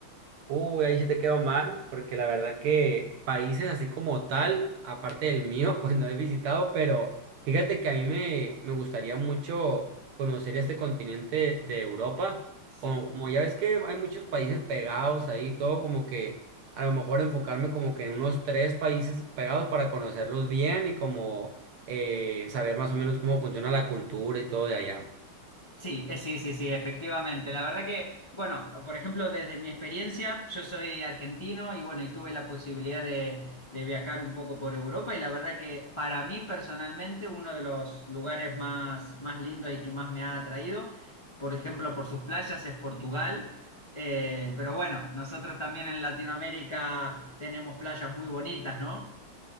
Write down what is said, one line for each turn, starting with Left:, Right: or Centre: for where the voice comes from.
Right: Uy, ahí sí te quedó mal, porque la verdad que países así como tal, aparte del mío, <laughs> pues no he visitado, pero fíjate que a mí me, me gustaría mucho conocer este continente de Europa.
Left: Sí.
Right: Como, como ya ves que hay muchos países pegados ahí, todo como que a lo mejor enfocarme como que en unos tres países pegados para conocerlos bien y como eh, saber más o menos cómo funciona la cultura y todo de allá.
Left: Sí, eh, sí, sí, sí, efectivamente. La verdad que, bueno, por ejemplo, desde mi experiencia, yo soy argentino y bueno, y tuve la posibilidad de, de viajar un poco por Europa y la verdad que para mí personalmente uno de los lugares más, más lindos y que más me ha atraído, por ejemplo, por sus playas es Portugal. Eh, pero bueno, nosotros también en Latinoamérica tenemos playas muy bonitas, ¿no?